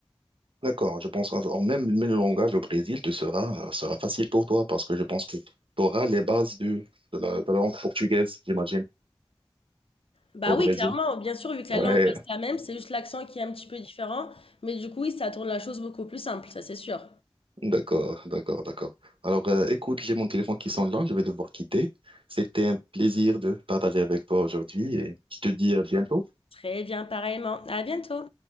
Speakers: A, on the right; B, on the left.
A: D'accord, je pense en même, même le langage au Brésil te sera, sera facile pour toi parce que je pense que tu auras les bases du- de, la, de la langue portugaise, j'imagine,
B: Bah
A: au Brésil.
B: oui, clairement, bien sûr, vu que la
A: Ouais,
B: langue reste la même, c'est juste l'accent qui est un petit peu différent. Mais du coup, oui, ça tourne la chose beaucoup plus simple, ça c'est sûr.
A: d'accord, d'accord, d'accord. Alors, euh, écoute, j'ai mon téléphone qui sonne là, je vais devoir quitter. C'était un plaisir de partager avec toi aujourd'hui et je te dis à bientôt.
B: Très bien, pareillement. À bientôt.